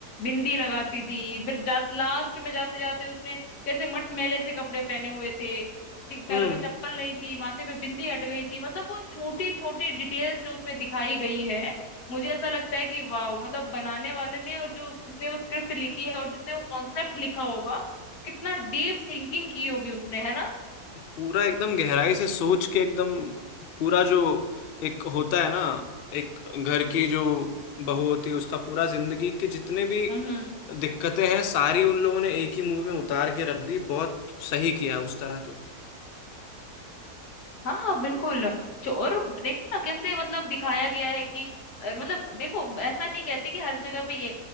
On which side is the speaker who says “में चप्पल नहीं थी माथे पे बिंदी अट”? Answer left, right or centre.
Left